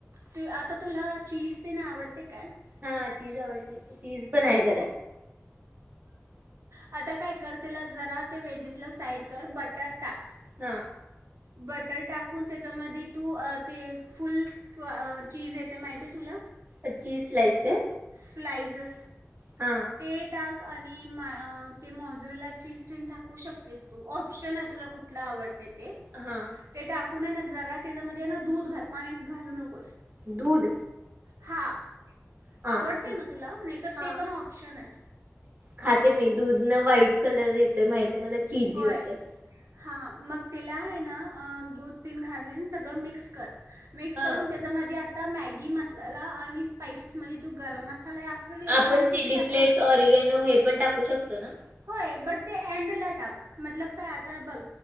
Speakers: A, on the right; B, on the right.
A: ते आता तुला चीज तेन आवड ते काय?
B: हा चीज आवडते. चीज पण हाय घरात.
A: अता काय कर तेला जरा ते वेजीसला साईड कर बटर टाक.
B: हा.
A: बटर टाकून त्याच्यामदी तू अ ते फुल किंवा अ चीज येते माहिती आहे तुला?
B: चीज स्लाइस काय?
A: स्लाइसेस
B: हा
A: ते टाक. आणि माय अ ते मोजरेला चीज तेन टाकू शकतेस तू ऑप्शन हाय तुला कुठला आवडते.
B: हा
A: ते टाक. कुणाला जरा त्याच्यामध्ये आहे ना दूध घाल, पाणी घालू नकोस.
B: दूध
A: हा.
B: हा
A: आवडते
B: ठीक
A: ना तुला नाहीतर
B: हा
A: ते पण नाही.
B: खाते मी दूध न व्हाईट कलर येतोय माहित ते मला चीजी
A: होय
B: होतय.
A: हां मग तेला आहे ना अ दूध तीन घालीन सगळं मिक्स कर. मिक्स
B: हा
A: करून त्याच्यामध्ये आ आता मॅगी मसाला आणि स्पायसेस मध्ये तू गरम मसाला फिर लाल
B: आपण
A: मिरची
B: चिली
A: टाकू
B: फ्लेक्स
A: शकतेस
B: ऑरिगेनो हे पण टाक टाकु शकतो ना?
A: होय बट ते एंडला टाक. मतलब काय आता बघ,